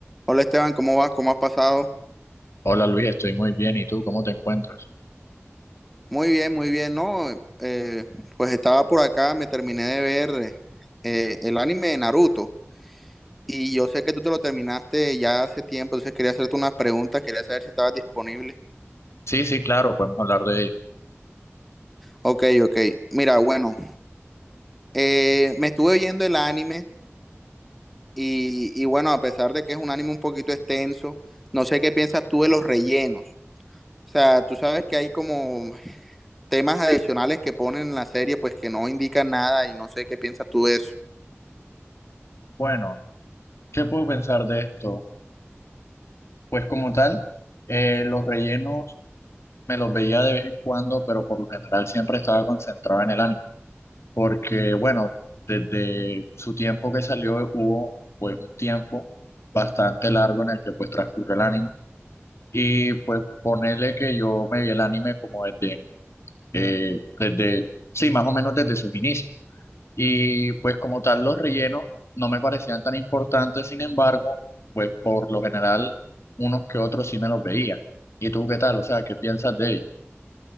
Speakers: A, in the centre; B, on the left (about 70°).
A: Hola Esteban, ¿cómo vas? ¿Cómo has pasado?
B: Hola Luis, estoy muy bien. ¿Y tú cómo te encuentras?
A: Muy bien, muy bien, ¿no? Eh, pues estaba por acá, me terminé de ver eh, el anime de Naruto y yo sé que tú te lo terminaste ya hace tiempo, entonces quería hacerte unas preguntas, quería saber si estabas disponible.
B: Sí, sí, claro, podemos hablar de ello.
A: Ok, ok. Mira, bueno, eh, me estuve viendo el anime y, y bueno, a pesar de que es un anime un poquito extenso, no sé qué piensas tú de los rellenos. O sea, tú sabes que hay como temas adicionales que ponen en la serie pues que no indican nada y no sé qué piensas tú de eso.
B: Bueno, ¿qué puedo pensar de esto? Pues como tal, eh, los rellenos me los veía de vez en cuando, pero por lo general siempre estaba concentrado en el anime. Porque bueno, desde su tiempo que salió hubo pues un tiempo bastante largo en el que pues transcurrió el anime. Y pues ponerle que yo me vi el anime como desde, eh, desde, sí, más o menos desde sus inicios. Y pues como tal los rellenos no me parecían tan importantes, sin embargo, pues por lo general unos que otros sí me los veía. ¿Y tú qué tal? O sea, ¿qué piensas de ellos?